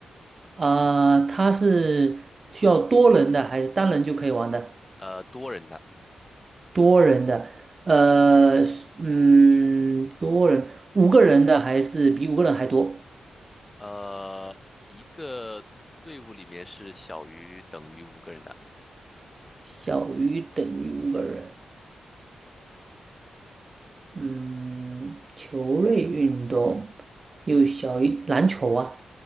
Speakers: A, on the right; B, on the left.
A: 呃，它是需要多人的还是单人就可以玩的？
B: 呃，多人的。
A: 多人的，呃，嗯，多人，五个人的还是比五个人还多？
B: 呃，一个队伍里面是小于等于五个人的。
A: 小于等于五个人。嗯，球类运动又小于篮球啊。